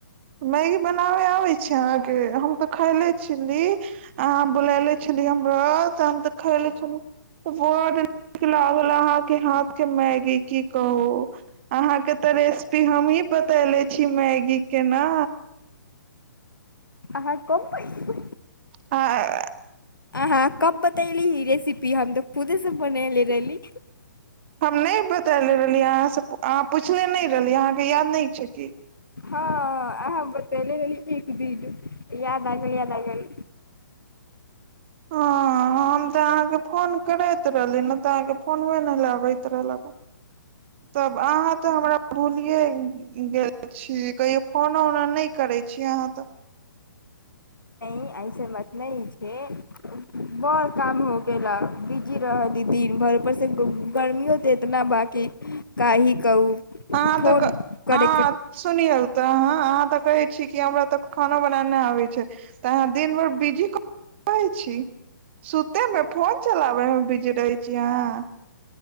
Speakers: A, on the right; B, on the left.
A: मैगी बनाबे आबै छै अहाँ के, हम तऽ खैले छली। अहाँ बुलैले छलि हमरा तऽ हम तऽ खएलै छली। बड नीक लागल अहाँ के हाथ के मैगी की कहु। अहाँ के तऽ रेसपी हमही बतैले छी मैगी के ना।
B: अहाँ कब <unintelligible>
A: आ
B: अहाँ कब बतैली रेसिपी हम ते खुदे से बनैलै रहली।
A: हम नै बतैले रहलियै अहाँ से पु अहाँ पुछनै ने रहलियै अहाँ के याद नै छै की।
B: हां अहाँ बतैले रहली एक दिन। याद आ गेल, याद आ गेल।
A: हां हम तऽ अहाँके फोन करैत रहली ने तऽ अहाँ के फोनबे नै लगैत रहलक। तब अहाँ तऽ हमरा भुलियै गेल छी कहियो फोनो-उनो नै करै छी अहाँ तऽ।
B: नै ऐसन बात नै छै, बड़ काम हो गेला। बीजी रहली दिन भर ऊपर से ग गर्मीयो तो एतना बा कि काहि कहू
A: हां
B: फोन
A: तऽ क
B: करैके
A: हां। सुनियौ तऽ अहाँ, अहाँ तऽ कहै छी कि हमरा तऽ खाना बना नै आबै छै। तऽ अहाँ दिन भर बिजी कता रहै छी। सुते मे, फोन चलाबे मे बिजी रहै छी अहाँ।